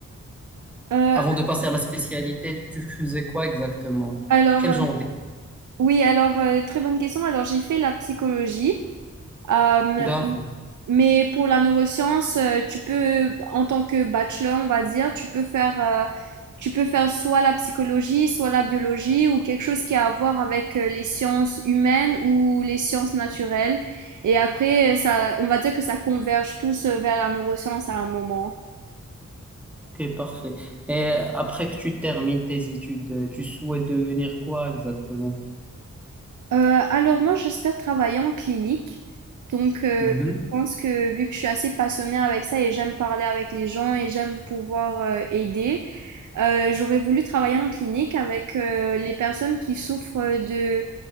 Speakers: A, on the right; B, in the centre.
A: Euh,
B: Avant de passer à la spécialité, tu faisais quoi exactement?
A: alors,
B: Quel
A: euh,
B: genre d'études?
A: oui, alors, euh, très bonne question. Alors, j'ai fait la psychologie, euh,
B: D'accord,
A: mais pour la neuroscience, euh, tu peux, en tant que bachelor, on va dire, tu peux faire, euh, tu peux faire soit la psychologie, soit la biologie, ou quelque chose qui a à voir avec euh, les sciences humaines ou les sciences naturelles. Et après, euh, ça, on va dire que ça converge tous euh, vers la neuroscience à un moment.
B: ok, parfait. Et après que tu termines tes études, euh, tu souhaites devenir quoi exactement?
A: Euh, alors moi, j'espère travailler en clinique. Donc, euh,
B: Mhm.
A: je pense que vu que je suis assez passionnée avec ça et j'aime parler avec les gens et j'aime pouvoir euh, aider, euh, j'aurais voulu travailler en clinique avec euh, les personnes qui souffrent de,